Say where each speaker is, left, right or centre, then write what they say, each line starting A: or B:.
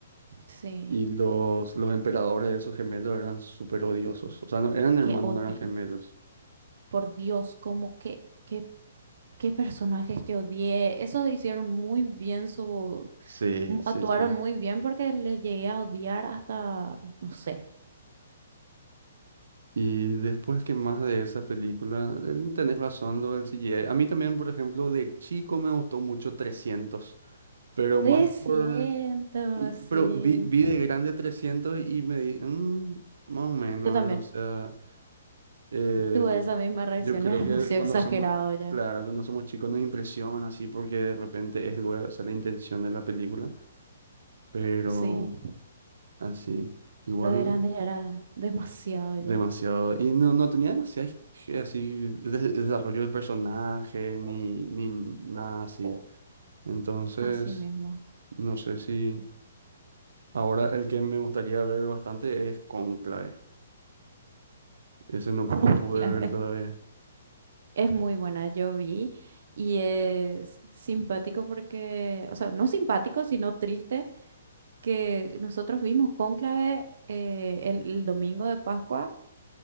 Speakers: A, on the right; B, on the right.
A: Sí,
B: Y los, los emperadores de esos gemelos eran súper odiosos. O sea, no, eran hermanos,
A: que odio.
B: no eran gemelos.
A: por Dios, como que, qué, qué personajes que odié. Esos hicieron muy bien su,
B: Sí,
A: mu-
B: sí,
A: actuaron
B: sí.
A: muy bien porque les llegué a odiar hasta, no sé,
B: Y después que más de esa película, eh, tenés razón lo del CGI. A mí también, por ejemplo, de chico me gustó mucho 300, pero más
A: 300
B: por... y- pero
A: sí.
B: vi, vi de grande 300 y me dije, más o menos,
A: Yo también
B: ¿verdad? O sea, Eh,
A: tuve esa misma reacción,
B: yo creo
A: era <laughs> demasiado
B: que cuando
A: exagerado
B: somos,
A: ya.
B: claro, cuando somos chicos nos impresiona así porque de repente es luego, o sea, la intención de la película, pero
A: Sí,
B: así, igual
A: pero de grande ya era demasiado
B: demasiado.
A: ya,
B: Y no, no tenía demasiado así de- desarrollo de personaje ni, ni nada así. Entonces,
A: así mismo.
B: no sé si ahora el que me gustaría ver bastante es Conclave. Ese no,
A: <laughs> Un
B: no pude
A: clave.
B: ver todavía.
A: Es muy buena, yo vi y es simpático porque, o sea, no simpático, sino triste que nosotros vimos Cónclave eh, el, el domingo de Pascua,